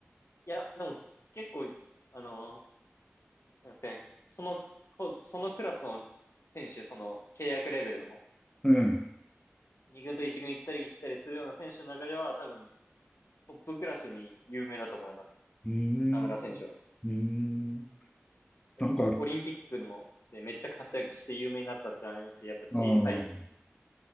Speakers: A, on the left; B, on the left.
A: いや、でも結構、あの、なんですかね、その、こそのクラスの選手、その契約レベルの
B: うん。
A: 2軍と1軍行ったり来たりするような選手の中では、多分トップクラスに有名だと思いますよ。
B: うー
A: 田村選手は。
B: ん。うーん。
A: やっぱオリンピックのでめっちゃ活躍して有名になったってありますし、
B: なんか、あ
A: やっぱ小さい、
B: あ、う